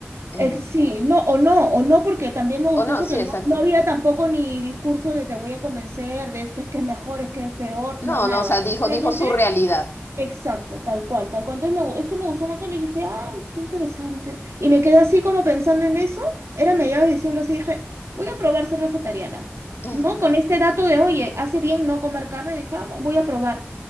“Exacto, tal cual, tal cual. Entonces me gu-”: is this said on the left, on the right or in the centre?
Right